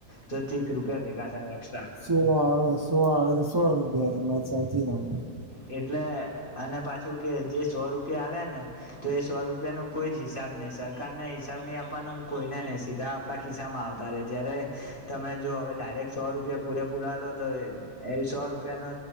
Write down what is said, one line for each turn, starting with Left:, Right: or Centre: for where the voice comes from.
Left: તો ત્રીસ રૂપિયા ભેગા થાય એક્સ્ટ્રા.
Right: સો આવે સો આવે તો સો રૂપિયામાં એ વાત સાચી તમારી.
Left: એટલે અને પાછું કે જે સો રૂપિયા આવ્યા ને. તો એ સો રૂપિયાનો કોઈ જ હિસાબ નહી. સરકારને હિસાબ નહી આપવાનો ને કોઈને નહી સીધા આપણા ખિસ્સામાં આવતા રે જયારે તમે જો હવે ડાયરેક્ટ સો રૂપિયા પૂરે પૂરા લો તો એ એ સો રૂપિયાનો